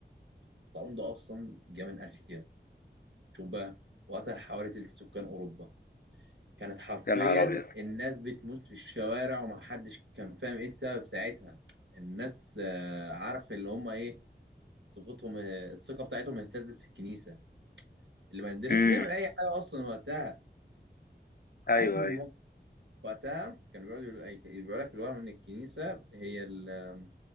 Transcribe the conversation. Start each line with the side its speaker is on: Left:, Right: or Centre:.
Right: الطاعون ده اصلا جه من اسيا شوف بقى وقتل حوالي تلت سكان اوروبا كانت حرفيا
Left: يا نهار أبيض
Right: الناس بتموت في الشوارع ومحدش كان فاهم ايه السبب ساعتها الناس آه، عارف اللي هم ايه ثقتهم آه، الثقه بتاعتهم اهتزت في الكنيسه اللي ما قدرتش
Left: امم
Right: تعمل اي حاجه اصلا وقتها عارف
Left: أيوه
Right: ان الم-
Left: أيوه
Right: وقتها كانوا بيقعدوا يقولوا- بيقول لك الوهم ان الكنيسه هي ال-